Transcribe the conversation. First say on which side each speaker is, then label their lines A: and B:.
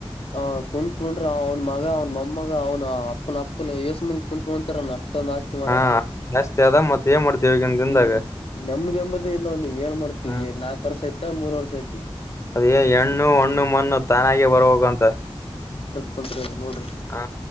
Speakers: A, on the left (about 70°); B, on the left (about 30°).
A: ಆ ಕುಂತ್ ಕೂಂಡ್ರುಅವನ ಮಗ ಅವ್ನ ಮೊಮ್ಮಗ ಅವ್ನ ಅಪ್ಪನ ಅಪ್ಪನ ಏಸಂದಿ ಕುತ್ಕಂತಾರಣ ಮಟ್ಟೊಂದು ಆಸ್ತಿ ಮಾಡೋಣ
B: ಹಾ ಜಾಸ್ತಿ ಅದ ಮತ್ ಏನ್ ಮಾಡ್ತೀವಿ ಈಗಿನ್ ದಿನದಾಗ
A: ಈಗ ನೆಮ್ಮದಿ ಎಂಬತಿ ಇಲ್ಲವ ಏನ್ ಮಾಡ್ತೀವಿ
B: ಹಾ
A: ನಾಲ್ಕು ವರ್ಷ ಆ ಮೂರುವರ್ಷ ಐತಿಗೆ
B: ಅದೇ ಹೆಣ್ಣು ಒಣ್ಣುಮಣ್ಣು ತಾನಾಗೇ ಬರ್ಬೇಕು ಅಂತ
A: ತಗ ನೋರಿ
B: ಹಾ